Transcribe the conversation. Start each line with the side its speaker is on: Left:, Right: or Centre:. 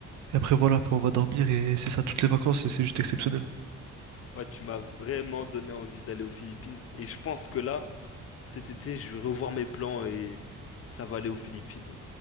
Right: et après voilà, après on va dormir et c'est ça toutes les vacances et c'est juste exceptionnel.
Left: Ouais, tu m'as vraiment donné envie d'aller aux Philippines et je pense que là. Cet été, je vais revoir mes plans et ça va aller aux Philippines.